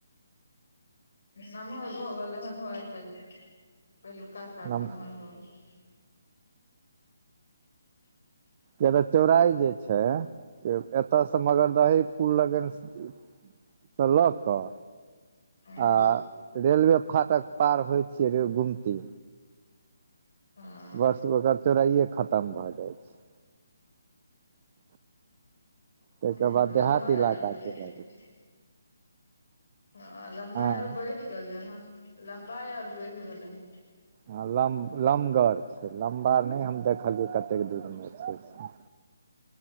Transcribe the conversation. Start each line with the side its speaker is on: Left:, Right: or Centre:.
Left: नमहर भऽ गेलै हन होइते पहिलुका स आब
Right: नम
Left: नमहर भऽ गेल। <inaudible>
Right: जेना चौड़ाइ जे छै एतऽ से मगरदही पुल लगन से लऽ कऽ
Left: हँ
Right: आ रेलवे फाटक पार होइ छियै रे गुमती,
Left: हँ
Right: बस ओकर चौड़ाइये खतम भऽ जाइ छै। ताहिके
Left: हॅं आ
Right: बाद
Left: लम्बाइ
Right: देहात इलाका
Left: <unintelligible>
Right: चलि आबै छै
Left: ठीक। हँ आ लम्बाइ
Right: हँ
Left: आर बैढ़ गेलै हन लम्बाइ आर बैढ़ गेलै हन।
Right: हँ लम - लमगर छै लम्बा नै हम देखलियै कतेक दूर मे छै से।